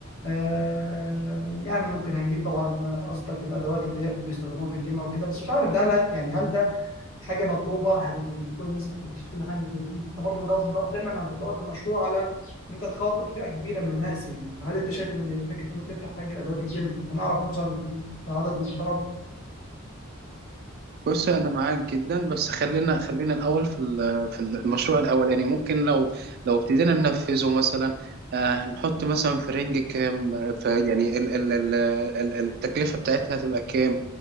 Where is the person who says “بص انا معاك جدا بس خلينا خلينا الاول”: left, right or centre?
Right